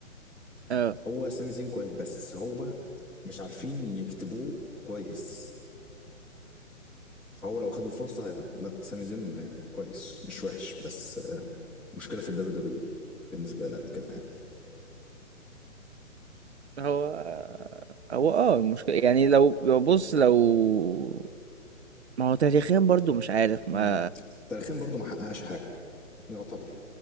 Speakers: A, on the right; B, in the centre.
A: اه
B: فهو سامي زين كويس بس هو مش عارفين يكتبوه كويس هو لو خد الفرصة هي... لا سامي زين آه، كويس مش وحش بس آه، مشكلة في الدبليو دبليو اي بالنسبة لي أنا كده يعني
A: هو هو اه المشكلة يعني لو لو بص لو ما هو تاريخيا برضو مش عارف ما
B: امم تاريخيا برضو ما حققش حاجة يعتبر